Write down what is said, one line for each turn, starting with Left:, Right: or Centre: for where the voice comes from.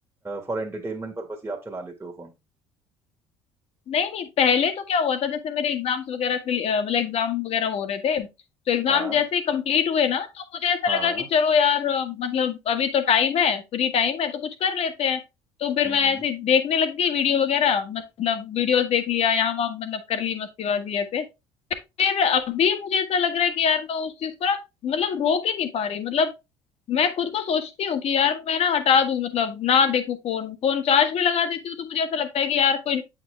Right: फॉर एंटरटेनमेंट पर्पस ही आप चला लेते हो फोन
Left: नहीं नहीं पहले तो क्या हुआ था जैसे मेरे एग्जाम्स वगैरह के- अ, मतलब एग्जाम वगैरह हो रहे थे तो एग्जाम
Right: हाँ
Left: जैसे ही कंप्लीट हुए ना तो मुझे ऐसा
Right: हाँ,
Left: लगा
Right: हाँ हाँ
Left: कि चलो यार अ, मतलब अभी तो टाइम है फ्री टाइम है तो कुछ कर लेते हैं तो फिर
Right: हम्म
Left: मैं ऐसे देखने लग गई वीडियो वगैरह मतलब वीडियोस देख लिया यहाँ वहाँ मतलब कर ली मस्तीबाजी ऐसे फिर अभी मुझे ऐसा लग रहा है कि यार मैं उस चीज को ना मतलब रोक ही नहीं पा रही मतलब मैं खुद को सोचती हूँ कि यार मैं ना हटा दूं मतलब ना देखूं फोन फोन चार्ज भी लगा देती हूँ तो मुझे ऐसा लगता है कि यार कोई